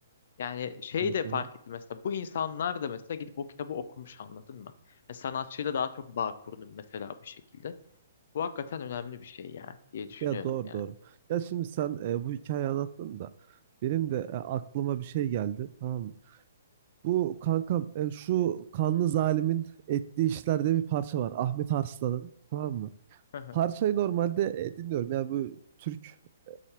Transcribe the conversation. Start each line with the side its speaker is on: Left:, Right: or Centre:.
Left: Yani şeyi
Right: Hı
Left: de fark
Right: hı.
Left: ettim mesela bu insanlar da mesela gidip o kitabı okumuş anladın mı? Yani sanatçıyla daha çok bağ kurdum mesela bu şekilde. Bu hakikaten önemli bir şey ya diye düşünüyorum
Right: Ya doğru
Left: yani.
Right: doğru. Ya şimdi sen e, bu hikayeyi anlattın da benim de e, aklıma bir şey geldi tamam mı? Bu kankam e, şu kanlı zalimin ettiği işlerde bir parça var. Ahmet Arslan'ın tamam mı?
Left: Hı hı,
Right: Parçayı normalde e, dinliyorum. Yani bu Türk e,